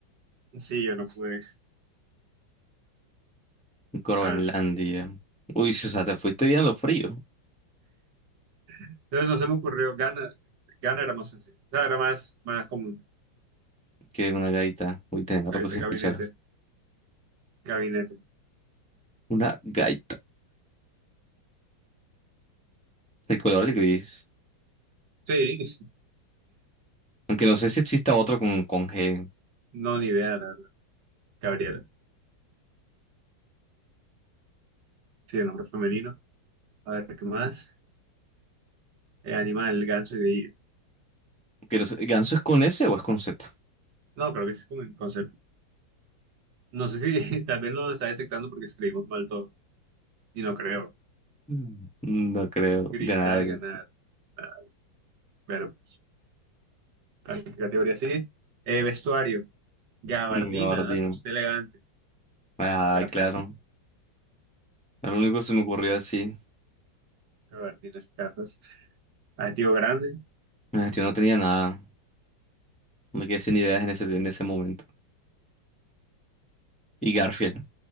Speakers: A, on the right; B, in the centre.
A: Sí, yo no pude.
B: Groenlandia.
A: Ah.
B: Uy, sí, o sea, te fuiste bien a lo frío.
A: Entonces no se me ocurrió. Gana, gana era más sencillo. O sea, era más, más común.
B: Que una gaita. Uy, tenía rato
A: Gabinete,
B: sin
A: gabinete,
B: escuchar.
A: gabinete.
B: Una gaita. El color del gris.
A: Sí. <laughs>
B: Aunque no sé si exista otro con, con G.
A: No, ni idea, la verdad. Gabriela. Sí, el nombre femenino. A ver, ¿qué más? Eh, animal, ganso y grillo.
B: Que no sé, ¿Ganso es con S o es con Z?
A: No, creo que ese es como el concepto. No sé si <laughs> tal vez no lo está detectando porque escribimos mal todo. Y no creo.
B: Mm. No creo.
A: Gritar,
B: Ganar.
A: ganar. Ah, Pero, ¿a qué categoría sigue? Eh, vestuario. Gabardina,
B: un gabardina.
A: ¿no? Usted elegante.
B: Ah,
A: Gafas.
B: claro. Era Lo único que se me ocurrió así.
A: Gabardinas, gafas. Adjetivo grande.
B: Eh, Yo no tenía nada. Me quedé sin ideas en ese, en ese momento. Y Garfield,